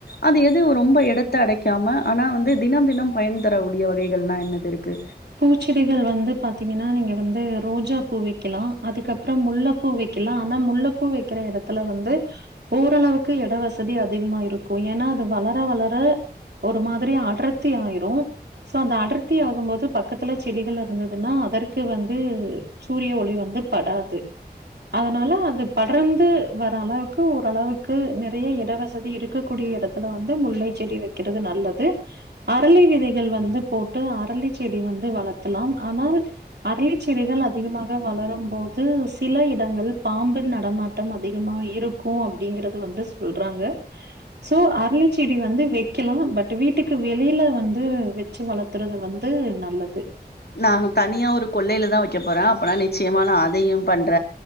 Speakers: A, on the left (about 70°); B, on the right (about 80°).
A: அது எது ரொம்ப எடத்த அடைக்காம ஆனா வந்து தினம் தினம் பயன் தரக்கூடிய வகைகள்ன்னா என்னது இருக்கு
B: பூச்செடிகள் வந்து பாத்தீங்கன்னா நீங்க வந்து ரோஜா பூ வெக்கலா அதுக்கப்பற முல்ல பூ வெக்கலா ஆனா முல்வ பூ வெக்கிற எடத்துல வந்து ஓரளவுக்கு எட வசதி வசதி அதிகமா இருக்கும் ஏன்னா வளர வளர ஒரு மாதிரி அடர்த்தி ஆயிரும் சோ அந்த அடர்த்தி ஆகும் போது பக் பக்கத்துல செடிகள் இருந்ததுன்னா அதற்கு வந்து சூரிய ஒளி வந்து படாது அதனால அது படர்ந்து வர அளவுக்கு ஓரளவுக்கு நெறைய எட வசதி இருக் இருக்க கூடிய எடத்துல வந்து முல்லை செடி வைக்கிறது நல்லது அரளிவிதைகள் வந்து போட்டு அரளி செடி வந்து வளர்த்தலாம் ஆனால் அருளி செடிகள் அதிகமாக வளரும் போது சில இடங்கள் பாம்பு நடமாட் ட்டம் அதிகமா இருக்கும் அப்டிங்கிறது வந்து சொல்றாங்க சோ அருளிச்செடி வந்து வைக்கலா பட் வீட்டுக்கு வெளியில வந்து வச்சு வளர்த்துறது வந்து நல்லது
A: நா தனியா ஒரு கொள்ளையில தா வைக்க போற அப்பனா நிச்சயமா அதையு பண்ற